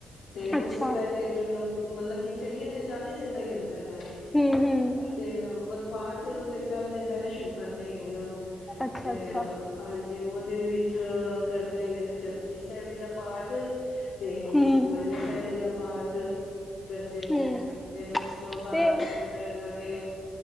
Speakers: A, on the left; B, in the centre.
A: ਤੇ ਉਸ
B: ਅੱਛਾ
A: ਤੋਂ ਪਹਿਲੇ ਦਿਨ ਮਤਲਬ ਕੀ ਚੱਲੀਏ ਤੇ ਚਾਲੀ ਦਿਨ ਦਾ ਹੀ ਰਹਿੰਦਾ ਹੈਗਾ ਵੇ
B: ਹੂੰ-ਹੂੰ,
A: ਤੇ ਮਤਲਬ ਪਾਠ ਫੇਰ ਚਾਲੀ ਦਿਨ ਪਹਿਲੇ ਸ਼ੁਰੂ ਕਰਦੇ ਹੈਗੇ ਨੇ।
B: ਅੱਛਾ-ਅੱਛਾ
A: ਤੇ ਅਹ‌ ਹਾਂਜੀ, ਉਹਦੇ ਵਿੱਚ ਕਰਦੇ ਹੈਗੇ ਨੇ ਜਪੁਜੀ ਸਾਹਿਬ ਜੀ ਦਾ ਪਾਠ ਤੇ
B: ਹੂੰ,
A: ਸੁਖਮੈਨੀ ਸਾਹਿਬ ਜੀ ਦਾ ਪਾਠ ਤ ਕਰਦੇ ਹੈਗੇ
B: ਹੂੰ
A: ਫਿਰ ਉਸ ਤੋਂ ਬਾਅਦ
B: ਤੇ
A: ਹੁੰਦਾ ਹੈਗਾ ਵੀ